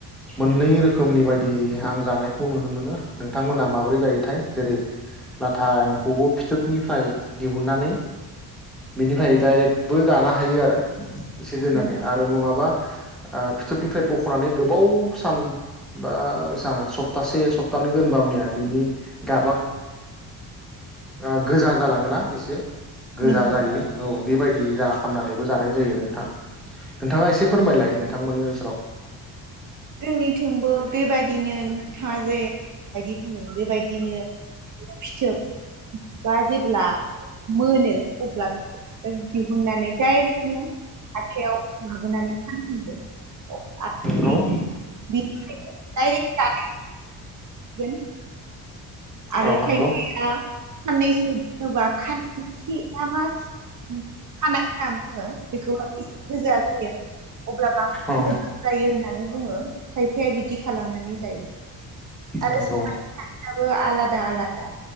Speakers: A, in the centre; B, on the right.
A: मोननै रोखोमनि बायदि आं जानायखौ नुनो मोनो नोंथांमोनहा माबोरै जायोथाय जेरै लाथा एम्फौखौ फिथोबनिफ्राय दिहुननानै बेनिफ्राय डाइरेक्टबो जानो हायो आरो एसे दोननानै
B: नंगौ
A: आरो नङाबा, ओ फिथोबनिफ्राय बख'नानै गोबाव सान बा जां सप्तासे सप्तानै दोनबा मनिया बिनि गाबा, आ गोजा जालाङोना एसे गोजा
B: नंगौ
A: जायो औ बेबायदि जा खामनानैबो जानाय जायो नोंथां नोंथाङा एसे फोरमायलाय नोंथां मोननि ओन
B: जोंनिथिंबो बेबायदिनो थाजे बादि बेबायदिनो फिथोब बा जेब्ला, मोनो अब्ला <unintelligible> दिहुननानै डाइरेक्टनो हाथायाव लाबोनानै फानहैयो, <unintelligible>
A: नंगौ
B: कारेक जानाय <unintelligible> आरो
A: औ नंगौ
B: खायफाया साननैसो बुङोबा खान्थि मा <unintelligible> खानाय होनना बुङो बेखौ एसे गोजा, <unintelligible> अब्ला बांसिनबो
A: औ
B: जायो होना बुङो खायफाया बिदि खालामनानै जायो। आरो
A: नंगौ
B: <unintelligible> आलादा आलादा